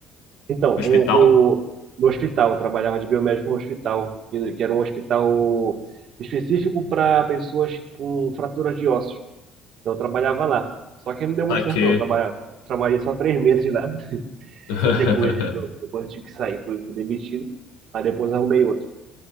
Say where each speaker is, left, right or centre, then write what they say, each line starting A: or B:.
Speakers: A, on the right; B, on the left.
A: Então,
B: No hospital?
A: com, com- no hospital, eu trabalhava de biomédico no hospital, que que era um hospital específico para pessoas com fratura de ossos. Então, eu trabalhava lá. Só que não deu muito
B: Saquei.
A: certo, não. Eu trabalha- trabalhei só três meses lá, <laughs>
B: <laughs>
A: depois, eu- depois eu tive que sair, fui, fui demitido. Aí depois arrumei outro.